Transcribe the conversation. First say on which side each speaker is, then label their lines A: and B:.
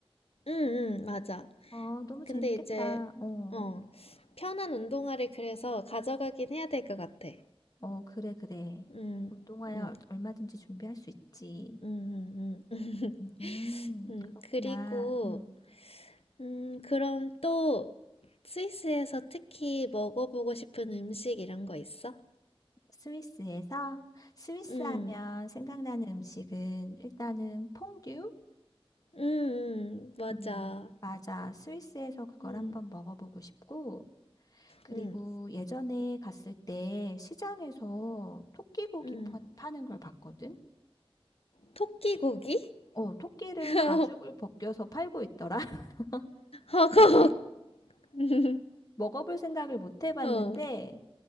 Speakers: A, on the left; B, on the left.
A: 음, 음, 맞아.
B: 어, 너무 재밌겠다.
A: 근데 이제,
B: 어,
A: 어, 편한 운동화를 그래서 가져가긴 해야 될 것 같아.
B: 어, 그래, 그래.
A: 음,
B: 운동화야
A: 음,
B: 얼- 얼마든지 준비할 수 있지.
A: 음, 음, 음. <laughs>
B: 음,
A: 음,
B: 그렇구나.
A: 그리고,
B: 음.
A: 음, 그럼 또 스위스에서 특히 먹어보고 싶은 음식 이런 거 있어?
B: 스위스에서 스위스
A: 음,
B: 하면 생각나는 음식은 일단은 퐁듀?
A: 음, 음, 맞아.
B: 음, 맞아. 스위스에서 그걸
A: 음,
B: 한번 먹어보고 싶고, 그리고
A: 음,
B: 예전에 갔을 때 시장에서 토끼고기
A: 음.
B: 파- 파는 걸 봤거든?
A: 토끼 고기?
B: 어, 토끼를
A: <laughs>
B: 가죽을 벗겨서 팔고 있더라. <laughs>
A: 허걱.
B: 근데
A: <laughs>
B: 먹어볼 생각을 못 해봤는데,
A: 어,